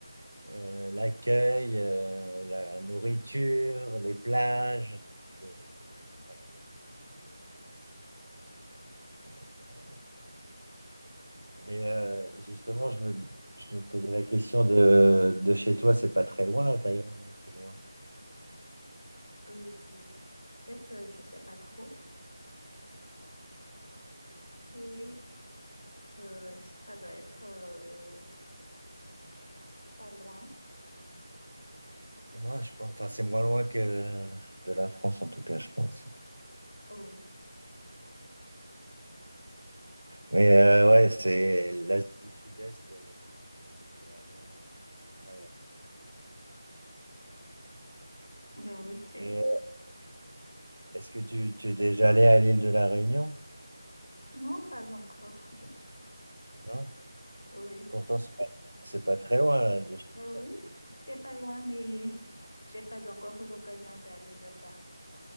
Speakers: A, on the right (about 80°); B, on the left (about 70°).
A: euh, l'accueil, euh, la nourriture, les plages. C'était incroyable, incroyable. Mais euh, justement, je me, je me posais la question de, de chez toi, c'est pas très loin la Thaïlande ou c'est loin?
B: Euh, en fait, euh, je sais pas trop. Oui, euh, ça doit être euh, pas loin.
A: Non, je pense, enfin, c'est moins loin que de la France, en tout cas, je pense.
B: Oh oui.
A: Mais euh, ouais, c'est l'Asie du Sud-Est, euh, c'est vraiment euh, incroyable aussi.
B: Ben oui, c'est
A: Et
B: ça.
A: euh, est-ce que tu, tu es déjà allé à l'île de la Réunion?
B: Non, pas encore.
A: Non?
B: Oui.
A: Pourtant, c'est pas, c'est pas très loin là, de chez
B: Ben
A: toi.
B: oui, c'est pas loin, mais <laughs> j'ai pas encore eu l'occasion d'aller là-bas.